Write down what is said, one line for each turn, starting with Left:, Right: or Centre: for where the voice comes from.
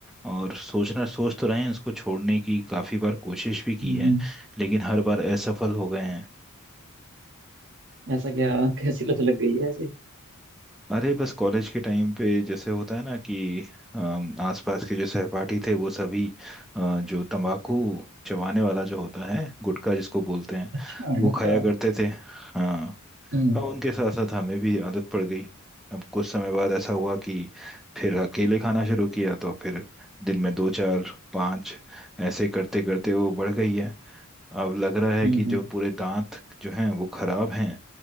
Centre: और सोचना सोच तो रहे हैं उसको छोड़ने की काफ़ी बार कोशिश भी की
Right: हम्म,
Centre: है लेकिन हर बार असफल हो गए हैं
Right: ऐसा क्या <laughs> कैसी लत लग गई है ऐसी
Centre: अरे बस कॉलेज के टाइम पे जैसे होता है ना कि अम, आसपास के जो सहपाठी थे वो सभी अ, जो तंबाकू चबाने वाला जो होता है गुटखा जिसको बोलते हैं
Right: अच्छा
Centre: वो
Right: लटका
Centre: खाया करते थे हाँ
Right: हम्म
Centre: अब उनके साथ साथ हमें भी आदत पड़ गई अब कुछ समय बाद ऐसा हुआ कि फिर अकेले खाना शुरू किया तो फिर दिन में दो चार पाँच ऐसे करते करते वो बढ़ गई है अब लग रहा है
Right: हम्म
Centre: कि
Right: हम्म,
Centre: जो पूरे दांत जो हैं वो खराब हैं